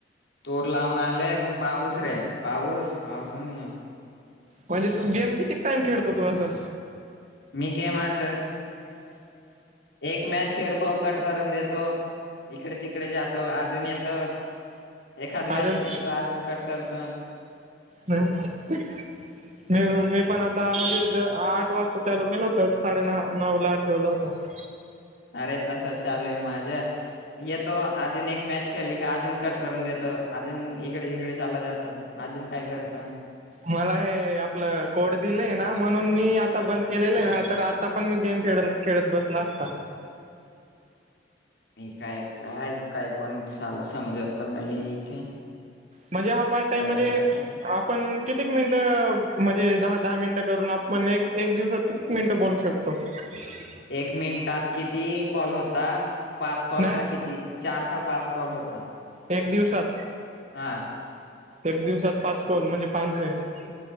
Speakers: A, on the left; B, on the right.
A: तोर लावून आलेय पण पाऊस रे पाऊस पाऊस नाही.
B: म्हणजे तू गेम कितीक टाम खेळतो असं.
A: मी गेम अस एक मॅच खेळतो कट करून देतो. इकडे तिकडे जातो अजून येतो एखाद
B: अजून
A: मॅच खेळतो अजून कट करतो.
B: हम <inaudible> मी मी पण आता म्हणजे आठ वाजता चालू गेलो होत साडेन नऊ ला ठेवलं होत.
A: अरे तसच चालूये माझं. येतो अजून एक मॅच खेळली का अजून कट करून देतो अजून इकडे जिकडे चाल्ला जातो. अजून काय करतो?
B: मला हे आपलं कोड दिलंय ना म्हणून मी आता बंद केलेलं आहे तर आ आता पण मी गेम खेड- खेळत बसला असता.
A: मी काय- काय कायपण साला समजत पण नाही इथे
B: म्हणजे हा पार्ट टाइम
A: काय
B: म्हणजे
A: करायचं
B: आप पण कितीक मिनिटं म्हणजे दहा -दहा मिनिटं करून आपण एक- एक दिवसात कितीक मिनिटं बोलू शकतो? ह <inaudible>
A: एक मिनिटात किती कॉल होतात, पाच कॉल
B: नाही
A: का किती चार का पाच कॉल होता
B: एक दिवसात,
A: हा
B: एक दिवसात पाच कल म्हणजे पानसो हे.